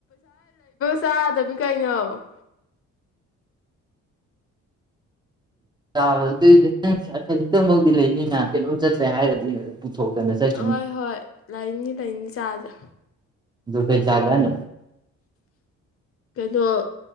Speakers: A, on the left (about 50°); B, on the right (about 15°).
A: ꯆꯥꯗꯕꯤ ꯀꯩꯅꯣ
B: ꯥ ꯑꯗꯨ ꯈꯖꯤꯛꯇꯪꯐꯥꯎꯗꯤ ꯂꯩꯅꯤ ꯃꯌꯥꯝ ꯀ ꯑꯗꯨꯝ ꯆꯠꯁ꯭ꯔꯦ ꯍꯥꯏꯔꯗꯤ ꯄꯨꯊꯣꯛꯇꯅ ꯆꯠꯈꯤꯅꯤ
A: ꯍꯣꯏ ꯍꯣꯏ ꯂꯩꯅꯤ ꯂꯩꯅꯤ ꯆꯥꯗ꯭ꯔꯦ
B: ꯗꯨꯄꯤ ꯆꯥ ꯍꯥꯏ ꯅ
A: ꯀꯩꯅꯣ